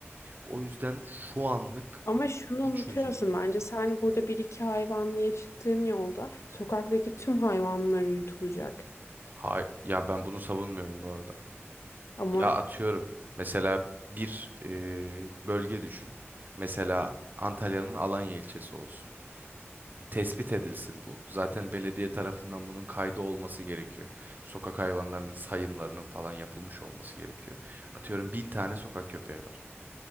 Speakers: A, on the right; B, on the left.
A: O yüzden şu anlık
B: Ama şunu
A: bu
B: unutuyorsun
A: çözüm.
B: bence sen burada bir iki hayvan diye çıktığın yolda sokaktaki tüm hayvanlar uyutulacak.
A: Hay ya ben bunu savunmuyorum bu arada.
B: Ama
A: Ya atıyorum mesela bir e, bölge düşün. Mesela Antalya'nın Alanya ilçesi olsun. tespit edilsin bu. Zaten belediye tarafından bunun kaydı olması gerekiyor. Sokak hayvanlarının sayımlarının falan yapılmış olması gerekiyor. Atıyorum bin tane sokak köpeği var.